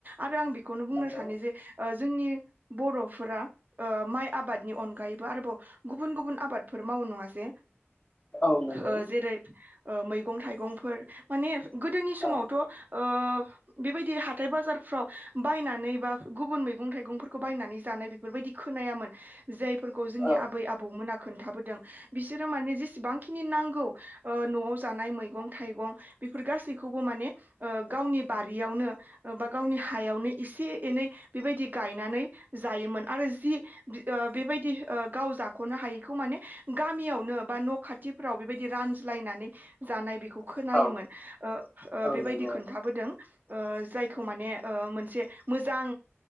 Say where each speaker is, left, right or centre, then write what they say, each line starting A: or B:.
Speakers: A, on the right (about 45°); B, on the left (about 25°).
A: आरो आं बे खौनो बुंनो
B: नंगौ
A: सानो जे ओ ज जोंनि बर'फोरा ओ माइ आबादनि अनगायैबो आरोबाव गुबुन गुबुन आबादफोर मावो नङास दे
B: औ नंगौ
A: ओ जेरै ओ मैगं-थाइगंफोर माने गोदोनि समावथ'
B: औ
A: ओ बेबायदि हाथाय बाजारफ्राव बायनानै बा गुबुन मैगं-थाइगंफोरखौ बायनानै जानाय बेफोरबायदि खोनायामोन। जायफोरखौ जोंनि
B: औ
A: आबै-आबौमोना खोन्थाबोदों। बिसोरो माने जेसेबांखिनि नांगौ ओ न'आव जानाय मैगं-थाइगं बेफोर गासैखौबो माने ओ गावनि बारियावनो ओ बा गावनि हायावनो एसे एनै बेबायदि गायनानै जायोमोन आरो जि बे ओ बेबायदि ओ गाव जाख'नो हायिखौ माने गामियावनो बा न' खाथिफोराव बेबायदि रानज्लायनानै जानाय बिख खौ खोनायोमोन
B: औ
A: ओ ओ
B: औ
A: बेबायदि
B: नंगौ
A: खोन्थाबोदों। ओ जायखौ माने ओ मोनसे मोजां